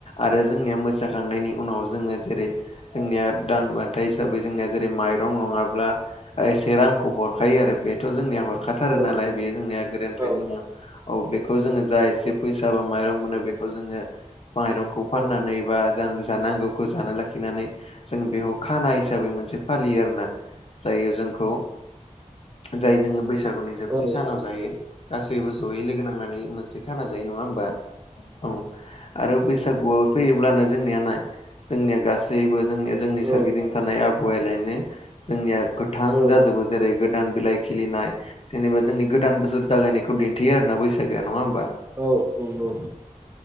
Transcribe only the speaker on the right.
औ
औ
औ
औ
औ
औ
औ औ औ